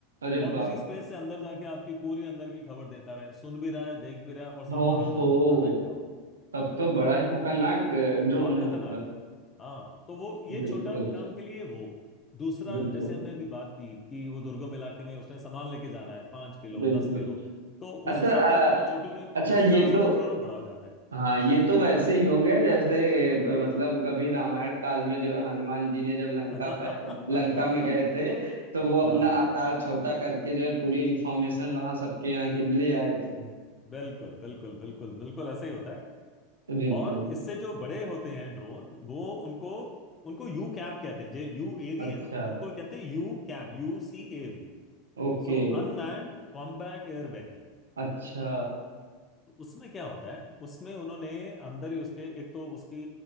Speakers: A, on the right; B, on the left.
A: अरे
B: और
A: बाप
B: उसी स्पेस
A: रे
B: से अंदर जाके आपकी पूरी अंदर की खबर देता रहे सुन भी रहा है देख भी रहा है और सब
A: ओहो
B: बाहर वालों को बता रहा है क्या हो रहा है
A: तब तो बड़ा
B: है ना
A: ही खतरनाक ड्रोन
B: बहुत
A: है
B: खतरनाक
A: मतलब
B: है हाँ तो वो ये
A: बिल्कुल
B: छोटा काम के लिए वो दूसरा
A: बिल्कुल
B: जैसे हमने अभी बात की कि वो दुर्गम इलाके में उसने सामान लेके जाना है पांच किलो
A: बिल्कुल
B: दस किलो तो
A: अच्छा
B: उस हिसाब
A: अ,
B: से फिर वो छोटू नहीं
A: अच्छा
B: उस
A: ये
B: हिसाब से
A: तो
B: वो फिर वो बड़ा हो जाता है
A: हाँ ये तो वैसे ही हो गया जैसे ब- मतलब कभी रामायण काल में जो हनुमान जी ने जब लंका
B: <laughs>
A: प- लंका में गए थे तो वो
B: हाँ
A: अपना आकार छोटा करके जो है पूरी इंफॉर्मेशन वहां सबके यहाँ के लिए आए थे
B: बिल्कुल बिल्कुल बिल्कुल बिल्कुल ऐसा ही होता है
A: बिल्कुल
B: और इससे जो बड़े होते हैं ड्रोन वो उनको उनको यू कैव कहते हैं जो यू
A: अच्छा
B: एवी है ना उनको कहते हैं UCAV U C AV
A: ओके
B: So unmanned combat air vehicle
A: अच्छा
B: उसमें क्या होता है उसमें उन्होंने अंदर ही उसके एक तो उसकी